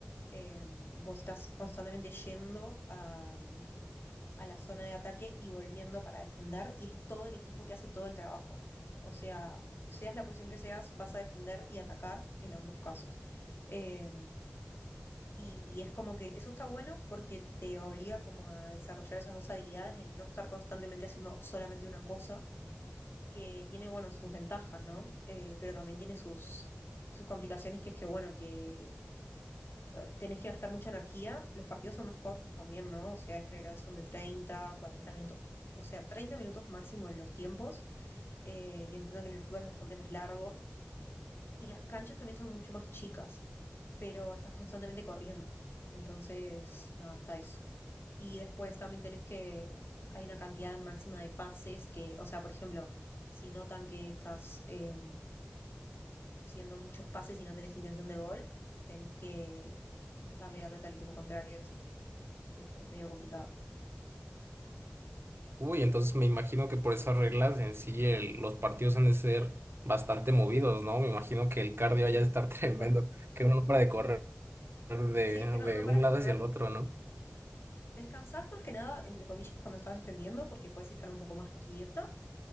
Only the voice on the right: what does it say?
Uy, entonces me imagino que por esas reglas en sí el- los partidos han de ser bastante movidos, ¿no? Me imagino que el cardio
haya de estar <laughs> tremendo,
que uno no para de correr de,
de
un lado
hacia el otro, ¿no?